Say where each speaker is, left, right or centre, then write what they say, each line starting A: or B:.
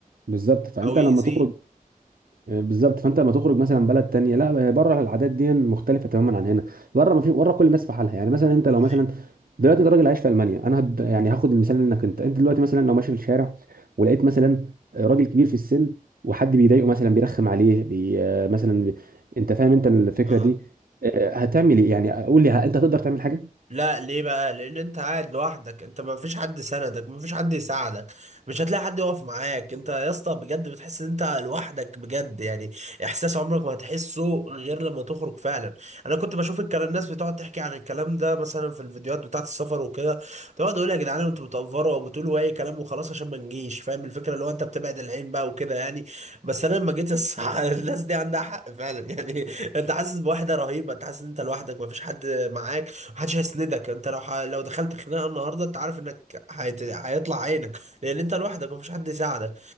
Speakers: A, on the right; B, on the right.
A: بالظبط فانت
B: او يأذيه
A: لما تخرج آه، بالظبط فانت لما تخرج مثلا بلد تانية لا آه، بره العادات دي مختلفه تماما عن هنا بره ما في بره كل الناس في حالها يعني مثلا انت لو
B: أيوة.
A: مثلا دلوقتي انت راجل عايش في المانيا انا هد... يعني هاخد المثال منك انت انت دلوقتي مثلا لو ماشي في الشارع ولقيت مثلا آه، راجل كبير في السن وحد بيضايقه مثلا بيرخم عليه بي... آه، مثلا بي... انت فاهم انت الفكره
B: اه
A: دي آه، هتعمل ايه يعني قول لي ه- انت هتقدر تعمل حاجه
B: لا ليه بقى لان انت قاعد لوحدك انت ما فيش حد سندك ما فيش حد يساعدك مش هتلاقي حد يقف معاك انت يا اسطى بجد بتحس ان انت لوحدك بجد يعني احساس عمرك ما هتحسه غير لما تخرج فعلا انا كنت بشوف الكلام الناس بتقعد تحكي عن الكلام ده مثلا في الفيديوهات بتاعه السفر وكده تقعد اقول يا جدعان انتوا بتأفروا او بتقولوا اي كلام وخلاص عشان ما نجيش فاهم الفكره اللي هو انت بتبعد العين بقى وكده يعني بس انا لما جيت الص- <laughs> الناس دي عندها حق فعلا يعني انت حاسس بوحده رهيبه انت حاسس ان انت لوحدك ما فيش حد معاك محدش هيسندك انت لو ح... لو دخلت خناقه النهارده انت عارف انك هيت... هيطلع عينك لان انت لوحدك ومفيش حد يساعدك